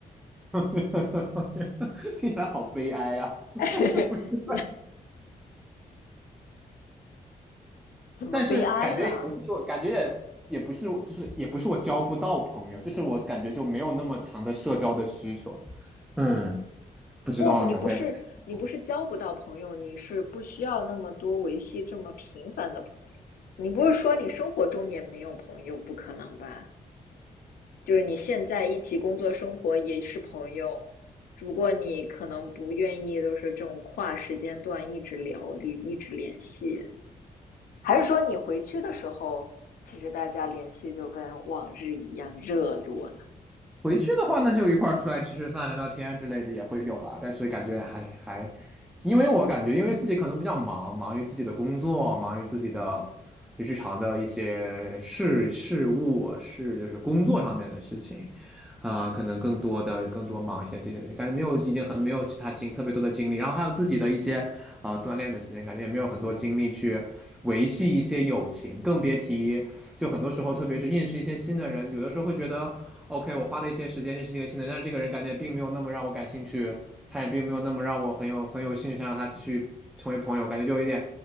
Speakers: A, in the centre; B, on the left.
A: <laughs> 听起来好悲哀啊。<laughs>
B: <laughs> 怎么悲哀了？
A: 但是感觉也不是我，感觉也也不是我就是也不是我交不到朋友，就是我感觉就没有那么强的社交的需求。嗯，不知道呢，
B: 不不，你不是你不是交不到朋友，
A: 我也不太清楚。
B: 你是不需要那么多维系这么频繁的朋友。你不是说你生活中也没有朋友？不可能吧？就是你现在一起工作生活也是朋友，只不过你可能不愿意，就是这种跨时间段一直聊，一直联系，还是说你回去的时候，其实大家联系就跟往日一样热络呢？
A: 回去的话，呢，就一块儿出来吃吃饭、聊聊天之类的也会有了，但是感觉还还，因为我感觉，因为自己可能比较忙，忙于自己的工作，忙于自己的日常的一些事事务，是就是工作上面的事情，啊、可能更多的更多忙一些这个，感觉没有已经很没有其他精特别多的精力，然后还有自己的一些啊、呃锻炼的时间，感觉也没有很多精力去维系一些友情，更别提就很多时候，特别是认识一些新的人，有的时候会觉得。OK，我花了一些时间认识一个新的人，但是这个人感觉并没有那么让我感兴趣，他也并没有那么让我很有很有兴趣，想让他继续成为朋友，感觉就有一点